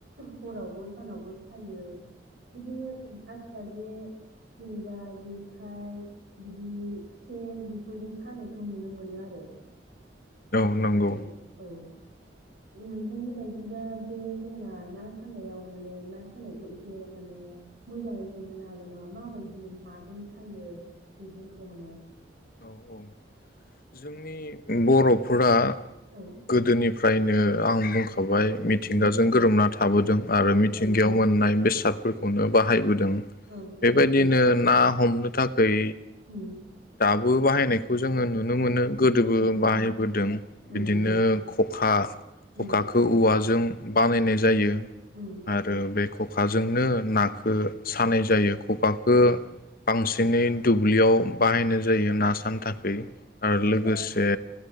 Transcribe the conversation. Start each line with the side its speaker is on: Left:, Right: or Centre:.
Right: हरावबो सानावबो सायो बिदिनो आसथ जे जेनेबा जेखाइ बिदि सेन बेफोरजों सानायखौ नुनो मोनो आरो।
Left: औ नंगौ।
Right: औ नोंथांनि बायदिबा बे जोंना ना सानायाव माने ना सानायखौ एसे माने मोजाङै खोन्थानो हागोन नामा माबायदि माजों सायो बेफोरखौ माने
Left: औ औ जोंनि बर'फोरा
Right: औ
Left: गोदोनि फ्रायनो आं बुंखाबाय मिथिंगाजों
Right: उम
Left: गोरोमना थाबोदों
Right: औ
Left: आरो मिथिंगायाव मोननाय बेसादफोरखौनो बाहाय बोदों
Right: औ
Left: बेबायदिनो
Right: औ
Left: ना हमनो थाखाय
Right: उम
Left: दाबो बाहायनायखौ जोङो नुनो मोनो गोदोबो
Right: नुनो मोनो
Left: बाहायबोदों
Right: उम
Left: बिदिनो खखा
Right: उम
Left: खखाखौ औवाजों बानायनाय जायो
Right: उम
Left: आरो बेखौ खखाजोंनो नाखो सानाय जायो खखाखो
Right: औ
Left: बांसिनै दुब्लियाव बाहायनाय जायो ना सानो थाखै आरो लोगोसे